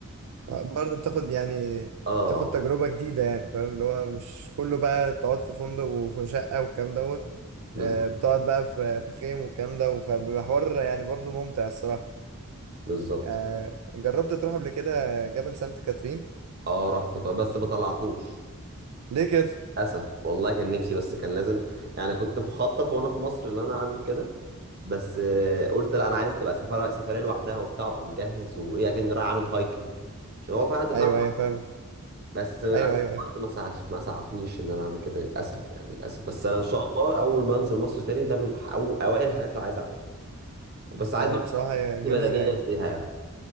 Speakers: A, on the right (about 75°); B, on the right (about 45°).
A: برضه بتاخد يعني
B: اه
A: بتاخد تجربة جديدة يعني فاهم اللي هو مش كله بقى تقعد في فندق وفي شقة والكلام دوت
B: بالظبط
A: آه، بتقعد بقى في في خيم والكلام ده فبيبقى حوار يعني برضه ممتع الصراحة
B: بالظبط
A: آه، جربت تروح قبل كده جبل سانت كاترين
B: اه رحت ب- بس ما طلعتوش
A: ليه كده؟
B: للأسف والله كان نفسي بس كان لازم يعني كنت مخطط وانا في مصر ان انا اعمل كده بس آه، قلت لا انا عايز تبقى سفرية سفرية لوحدها وبتاع وابقى مجهز وايه اكن رايح اعمل هايكنج عشان هو فعلا انت بتعمل
A: أيوه أيوه فاهم
B: بس للاسف
A: أيوه أيوه
B: الوقت ما سعف ما سعفنيش ان انا اعمل كده للاسف يعني للاسف بس انا ان شاء
A: أيوه
B: الله اول ما انزل مصر تاني ده من الح- أو اوائل الحاجات اللي عايز اعملها وبس عايز
A: هو
B: بقى
A: بصراحة هي
B: تكون
A: جميلة
B: بدنيا
A: يعني
B: بيها يعني